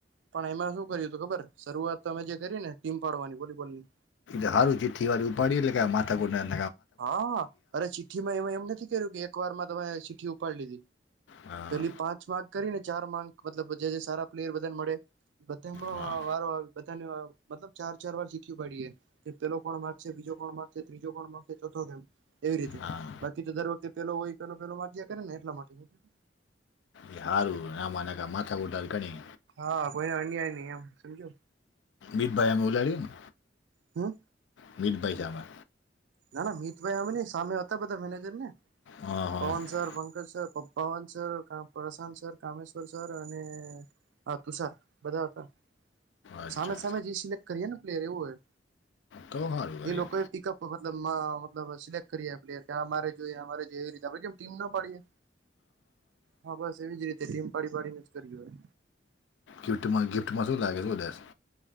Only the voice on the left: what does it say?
એ હારું જેથી વાળ ઉપાડીએ એટલે આ માથા <unintelligible>
હા
હા
હા
એ હારું આમાનાકા માથા ખૂટાલ ગણી
મિત ભાઈ અમે ઓલાડીએને
મિત ભઈ <unintelligible>
હા, હા.
અચ્છા.
કૌ સારું કર્યું
ગિફ્ટમાં ગિફ્ટમાંો લાગે વધલસ